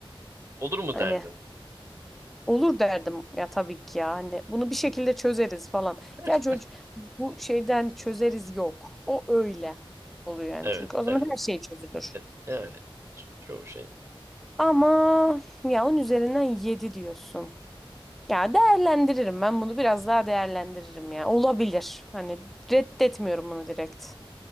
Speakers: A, on the right; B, in the centre.
A: Olur mu
B: Hani
A: derdin?
B: Olur derdim ya tabii ki ya hani bunu bir şekilde çözeriz falan.
A: <laughs>
B: Gerçi o, bu şeyden çözeriz yok. O öyle oluyor yani
A: Evet,
B: çünkü o zaman
A: evet.
B: her şey çözülür.
A: evet. Yani ço- çoğu şey.
B: Ama ya onun üzerinden 7 diyorsun. Ya değerlendiririm ben bunu biraz daha değerlendiririm ya. Olabilir. Hani reddetmiyorum bunu direkt.